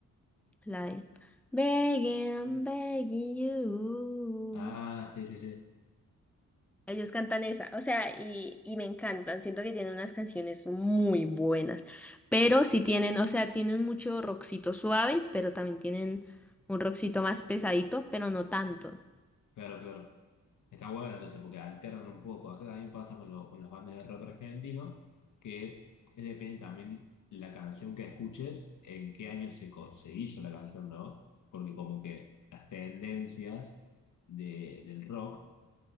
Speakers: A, in the centre; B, on the left.
A: la de Begging, begging you.
B: Ah, sí, sí, sí.
A: Ellos cantan esa, o sea, y, y me encantan. Siento que tienen unas canciones muy buenas, pero sí tienen, o sea, tienen mucho rockcito suave, pero también tienen un rockcito más pesadito, pero no tanto.
B: Claro, claro. Está buena entonces porque alternan un poco. Acá también pasa con, lo- con las bandas de rock argentino que depende también la canción que escuches, en qué año se, co- se hizo la canción, ¿no? Porque como que las tendencias de, del rock